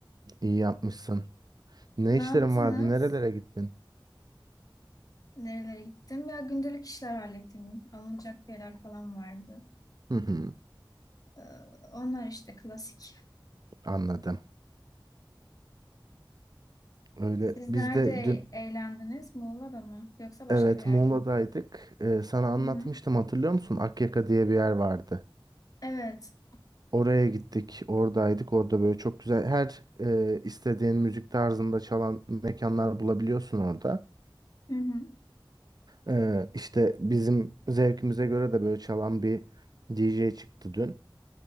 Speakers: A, on the right; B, on the left.
A: iyi yapmışsın. Ne
B: Ne
A: işlerin
B: yaptınız?
A: vardı? Nerelere gittin?
B: Nerelere gittim? Ya gündelik işler hallettim. Alınacak şeyler falan vardı.
A: Hı hı,
B: Ee, Onlar işte klasik.
A: anladım. Öyle.
B: Siz
A: Biz
B: nerede
A: de dün
B: eğlendiniz? Muğla'da mı? Yoksa başka
A: Evet,
B: bir yerde
A: Muğla'daydık.
B: mi?
A: Ee, sana anlatmıştım
B: Hı hı.
A: hatırlıyor musun? Akyaka diye bir yer vardı.
B: Evet.
A: Oraya gittik, oradaydık. Orada böyle çok güzel her e, istediğin müzik tarzında çalan mekanlar bulabiliyorsun orada.
B: Hı hı.
A: Ee, işte bizim zevkimize göre de böyle çalan bir DJ çıktı dün.